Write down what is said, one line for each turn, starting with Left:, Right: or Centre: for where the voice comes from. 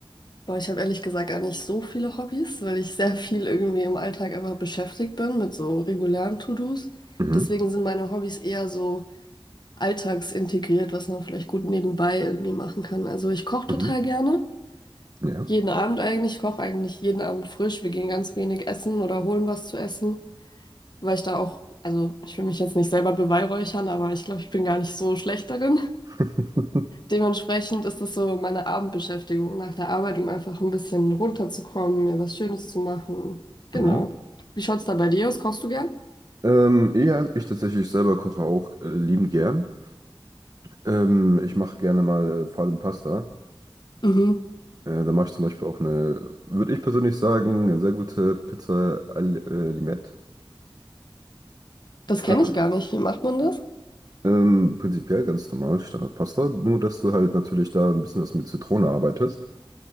Left: Boah, ich habe ehrlich gesagt gar nicht so viele Hobbys, weil ich sehr viel irgendwie im Alltag einfach beschäftigt bin mit so regulären To-Dos.
Right: Mhm,
Left: Deswegen sind meine Hobbys eher so alltagsintegriert, was man vielleicht gut nebenbei irgendwie machen kann. Also ich koche
Right: mhm,
Left: total gerne.
Right: ja.
Left: Jeden Abend eigentlich. Ich koche eigentlich jeden Abend frisch. Wir gehen ganz wenig essen oder holen was zu essen, weil ich da auch, also ich will mich jetzt nicht selber beweihräuchern, aber ich glaube, ich bin gar nicht so schlecht darin.
Right: <laughs>
Left: Dementsprechend ist das so meine Abendbeschäftigung nach der Arbeit, um einfach ein bisschen runterzukommen, mir was Schönes zu machen. Genau.
Right: Mhm.
Left: Wie schaut's da bei dir aus? Kochst du gern?
Right: Ähm, ja, ich tatsächlich selber koche auch äh, liebend gern. Ähm, ich mache gerne mal äh, vor allem Pasta.
Left: Mhm.
Right: Äh, da mache ich zum Beispiel auch eine, würde ich persönlich sagen, eine sehr gute Pizza al äh, Limette.
Left: Das kenne
Right: Ähm,
Left: ich gar nicht. Wie macht man das?
Right: Ähm, prinzipiell ganz normal, Standardpasta, nur dass du halt natürlich da ein bisschen was mit Zitrone arbeitest.